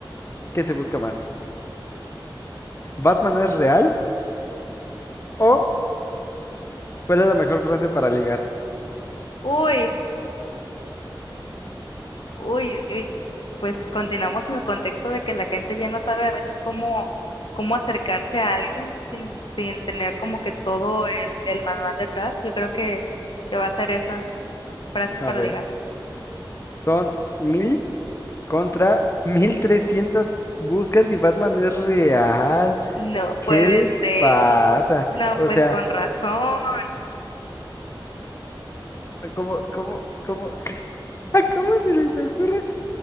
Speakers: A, on the left (about 30°); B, on the left (about 70°).
A: que se busca más? ¿Batman es real? ¿O cuál es la mejor frase para ligar?
B: Uy, uy, uy, uy. Pues continuamos en el contexto de que la gente ya no sabe a veces cómo, cómo acercarse a alguien sin, sin tener como que todo el, el manual detrás. Yo creo que, que va a ser esa. Frases
A: A
B: para
A: ver.
B: ligar.
A: Son mil contra mil trescientas. Buscan si Batman es real.
B: No
A: ¿Qué
B: puede
A: les
B: ser.
A: pasa?
B: No,
A: O
B: pues
A: sea,
B: con razón,
A: ¿cómo, cómo, cómo, <laughs> cómo se les ocurre?